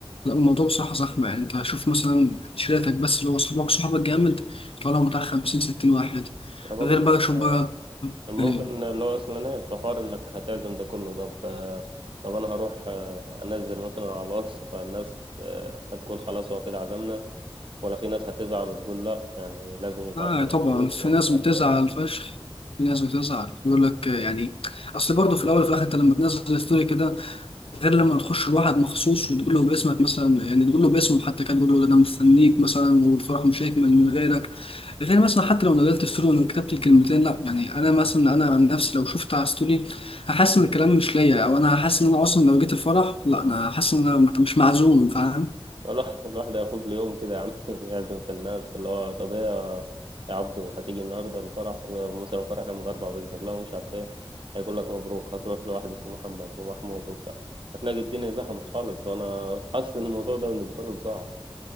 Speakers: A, on the left; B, on the right.
A: لا الموضوع بصراحة زحمة يعني انت شوف مثلا شريتك بس اللي هو صحابك صحابك جامد طالعوا بتاع 50 60 واحد
B: انا
A: غير
B: بقول
A: بقى
B: لك
A: شوف
B: آه،
A: بقى
B: ممكن
A: إيه.
B: اللي هو اصلا ايه في حوار انك هتعزم ده كله طب آه، طب انا هروح آه، انزل مثلا على الواتس فالناس آه، هتقول خلاص هو كده عزمنا ولا في ناس هتزعل وتقول لا يعني لازم يبعت
A: آه
B: لي
A: طبعا
B: مخصوص
A: في
B: ومش
A: ناس بتزعل
B: عارف إيه.
A: فشخ في ناس بتزعل يقول لك آه، يعني اصل برضه في الاول وفي الاخر انت لما تنزل ستوري كده غير لما تخش لواحد مخصوص وتقول له باسمك مثلا يعني تقول له باسمه حتى كان تقول له ده انا مستنيك مثلا والفرح مش هيكمل من غيرك غير مثلا حتى لو نزلت ستوري وكتبت الكلمتين لا يعني انا مثلا انا عن نفسي لو شفت على ستوري هحس ان الكلام مش ليا او انا هحس ان انا اصلا لو جيت الفرح لا انا هحس ان انا مش معزوم فاهم
B: والله <laughs> الواحد هياخد له يوم كده يا عم <laughs> يعزم في الناس اللي هو طب ايه يا عبدو هتيجي النهارده الفرح ومثلا الفرح يوم الاربعاء باذن الله ومش عارف ايه هيقول لك مبروك هتروح لواحد اسمه محمد ومحمود وبتاع هتلاقي الدنيا زحمت خالص وانا حاسس ان الموضوع ده بالنسبه له صداع